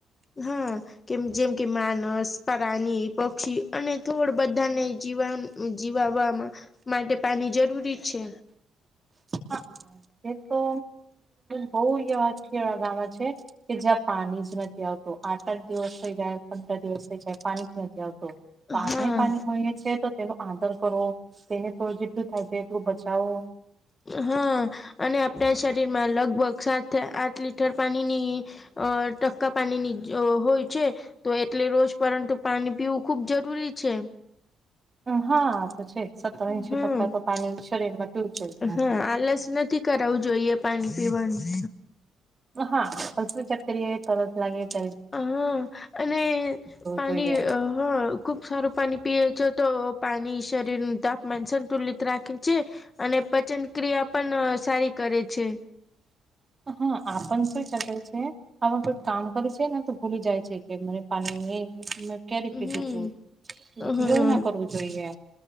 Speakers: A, on the left (about 30°); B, on the right (about 30°).
A: હા કેમ જેમ કે માનસ પ્રાણી પક્ષી અને થોડ બધાને જીવા જીવાવામાં માટે પાણી જરૂરી છે.
B: હા, એ તો બઉ અ વાત છે, ગામમાં છે. કે જ્યાં પાણી જ નથી આવતો આઠ આઠ દિવસ થઈ જાય. અ દિવસ ક પાણી જ નથી આવતું તો આપને
A: હા
B: પાણી મળી છે તો તેનો આદર કરો તેને તોડ જેટલું થાય છે, એટલું બચાવો
A: હા અને આપણા શરીર માં લગભગ સાત આઠ લીટર પાણીની અ ટક્કા પાણી નિ હો છે. તો એટલે રોજ પરંતુ પાણી પીવું ખુબ જરૂરી છે.
B: હા તો છે. સત્તર એંશી
A: હમ
B: ટકા તો પાણી શરીરમાં પીવું જોઈએ
A: હા આલસ નથી કરાવું જોઈએ પાણી પીવાનુ લર
B: હા પંચમી ચટ કરીરીએ તસ લાગે ત
A: હા અને પાણી.
B: જોઈએ
A: હ ખૂબ સારું પાણી પીય છે તો પાણી શરીરનું તાપમાન સંતુલિત રાખે છે. અને પચન ક્રિયા પણ સારી કરે છે.
B: હા આપણ શું શક છે. આમાં કોઈ કામ કરે છે તો ભૂલી જાય છે કે મ પાણી. કે્યારે
A: હમ
B: પીધ તો
A: હમ
B: યોગ ના કરવું જોઈએ